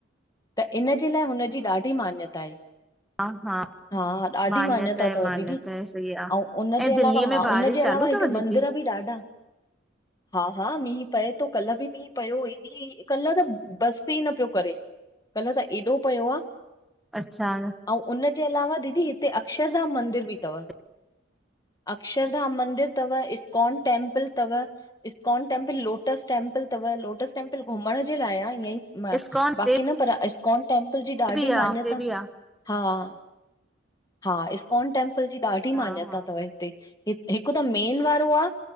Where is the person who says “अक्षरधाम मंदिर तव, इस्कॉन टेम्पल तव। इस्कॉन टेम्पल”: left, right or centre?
Left